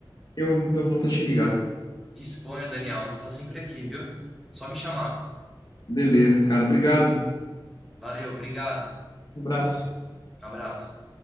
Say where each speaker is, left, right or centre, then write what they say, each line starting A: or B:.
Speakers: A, on the left (about 55°); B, in the centre.
A: eu, eu volto a te ligar.
B: disponha, Daniel. Vou estar sempre aqui, viu? Só me chamar.
A: Beleza, cara. Obrigado.
B: Valeu, obrigado.
A: Um abraço.
B: Abraço.